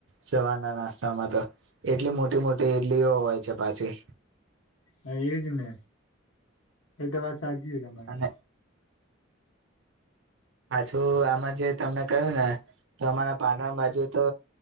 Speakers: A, on the right; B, on the left.
A: સવાર ના નાસ્તામાં તો એટલી મોટી મોટી ઈડલીઓ હોય છે પાછી.
B: હ એજ ને એ તો વાત સાચી છે તમારી.
A: અને હજુ આમાં જે તમને ક્યું ને તો અમારા પાટણ બાજુ તો.